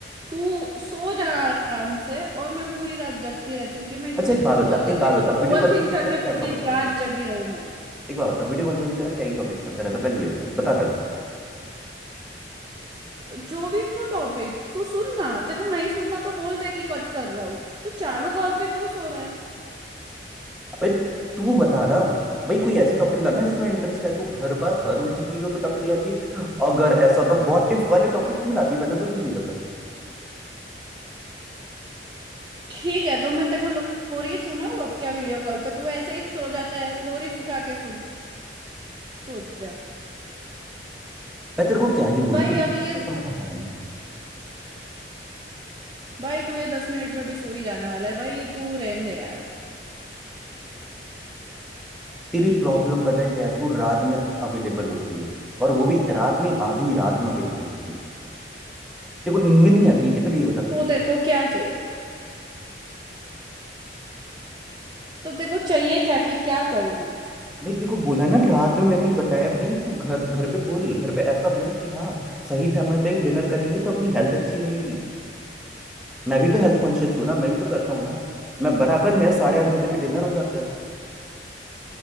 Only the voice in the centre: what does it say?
अच्छा
एक बात बता
एक बात
बता
वीडियो कॉल
पे भी
तेरा क्या
टॉपिक
चलता रहता
एक बात बता वीडियो कॉल पे भी तेरा क्या ही टॉपिक चलता रहता पहले ये बता बताना आज
अबे तू बता ना भाई कोई ऐसे टॉपिक लाना जिसमें इंटरेस्ट है तू हर बार हर उल्टी चीजों पे टॉपिक लाती है अगर ऐसा तो व्हाट इफ वाले टॉपिक क्यों लाती है? पहले तो तू ये बता
मैं तेरे को क्या ही बोलूं
तेरे
को कुछ
तो समझ आता नहीं है।
तेरी प्रॉब्लम पता है क्या है तू रात में अवेलेबल होती है और वो भी रात नहीं आधी रात में अवेलेबल होती है देखो नींद वींद नहीं आती है कि पहले ये बता मुझे
भाई देखो बोला ना रात में मैंने एक बताया भाई तू घर घर पे बोल घर पे ऐसा बोल कि हाँ सही समय पे डिनर करेंगे तो अपनी हेल्थ अच्छी रहेगी मैं भी तो हेल्थ कॉन्शियस हूँ ना मैं भी तो करता हूँ ना मैं बराबर मेरा साढ़े आठ बजे तक डिनर हो जाता है